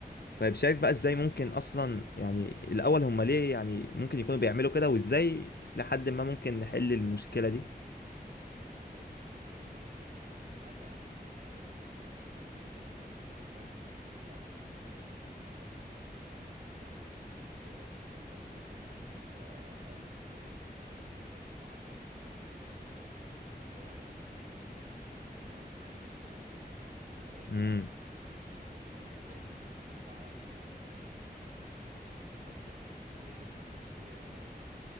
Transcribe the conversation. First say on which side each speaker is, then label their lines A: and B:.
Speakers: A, on the left (about 75°); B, on the right (about 55°).
A: طيب شايف بقى ازاي ممكن اصلا يعني الاول هم ليه يعني ممكن يكونوا بيعملوا كده وازاي لحد ما ممكن نحل المشكلة دي
B: بص حاسسها ممكن يعني عادة مجتمعية شوية مثلا ان في اصلا تساهل مثلا بيبقى ممكن بتشوف اصلا الناس الكبيرة نسبيا بتعمل كده بيشتموا من بعضهم آه، او الموضوع مثلا منتشر انت بتتعرض لحاجات زي كده كتير آه، في الشوارع مثلا ممكن الناس على النت برضو مثلا على اي تطبيق
A: امم
B: من الس- تطبيق الس- السوشيال ميديا تلاقي الناس بتشتم بعض عادي جدا جدا جدا ناس بتهزر بالشتايم آه،